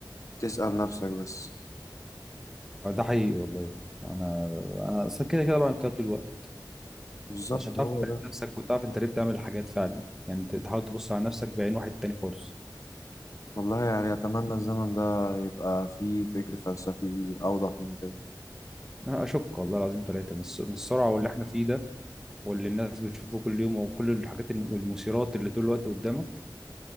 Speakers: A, on the left; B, in the centre.
A: تسأل نفسك بس
B: آه، ده حقيقي والله انا انا اصلا كده كده بعمل كده طول الوقت
A: بالظبط
B: عشان تعرف
A: هو
B: تراقب
A: ده
B: نفسك وتعرف انت ليه بتعمل الحاجات فعلا يعني ت- تحاول تبص على نفسك بعين واحد تاني خالص
A: والله يعني أتمنى الزمن ده يبقى فيه فكر فلسفي أوضح من كده
B: أنا اشك والله العظيم ثلاثه من الس- من السرعه واللي احنا فيه ده واللي الناس بتشوفه كل يوم وكل الحاجات الم- والمثيرات اللي طول الوقت قدامك